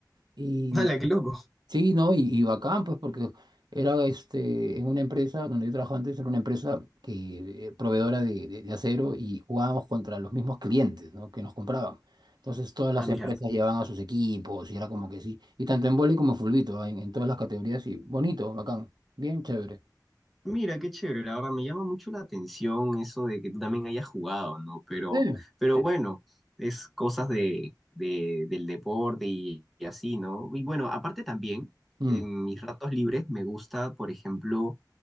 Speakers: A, on the right; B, in the centre.
A: Y
B: ¡Hala, qué loco!
A: sí, ¿no? Y, y bacán, pues, porque era este, en una empresa donde yo trabajaba antes, era una empresa que, eh, proveedora de, de- de acero y jugábamos contra los mismos clientes, ¿no? Que nos compraban. Entonces todas las
B: Ah, mira.
A: empresas llevaban a sus equipos y era como que sí. Y tanto en vóley como en fulbito, ¿ah? en, en todas las categorías, y bonito, bacán, bien chévere.
B: Mira, qué chévere, la verdad me llama mucho la atención eso de que tú también hayas jugado, ¿no? Pero,
A: Sí.
B: pero bueno, es cosas de, de- del deporte y, y así, ¿no? Y bueno, aparte también,
A: Mm.
B: en mis ratos libres me gusta, por ejemplo,